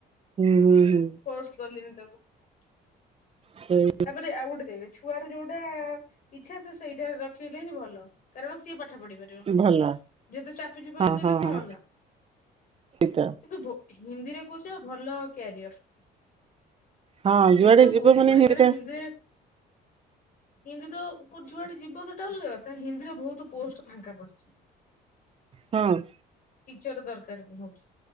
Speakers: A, on the right; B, on the left.
A: ହୁଁ ହୁଁ ହୁଁ
B: ଫୋର୍ସ କଲିନି ତାପରେ
A: ସେଇଟା
B: ଆଉ ଗୋଟେ ଦେଖ ଛୁଆର ଯୋଉଟା ଇଚ୍ଛା ସେ ସେଇଟା ରଖିଲେ ହିଁ ଭଲ କାରଣ ସିଏ ଠ ପଢି ପାରିବ
A: ଭଲ
B: ଯେତେ ଚାପି ଚୁପକି
A: ହଁ
B: ଦେଲେ
A: ହଁ
B: କଣ
A: ହଁ
B: ହେଲା
A: ସେଇତ
B: କିନ୍ତୁ ହିନ୍ଦୀରେ କହୁଛ ଭଲ କ୍ୟାରିୟର
A: ହଁ ଯୁଆଡେ
B: ହିନ୍ଦୀ ରେ
A: ଯିବ
B: ବହୁତ
A: ମାନେ
B: ବଢିଆ
A: ହିନ୍ଦୀଟା
B: କାରଣ ହିନ୍ଦୀରେ ହିନ୍ଦୀ ତ ଉପର ଯୁଆଟେ ଯିବ ସେଟା ଅଲଗା କଥା ହିନ୍ଦୀରେ ବହୁତ ପୋଷ୍ଟ ଫାଙ୍କା ପଡିଛି।
A: ହଁ
B: ଟିଚର ଦରକାର ବହୁତ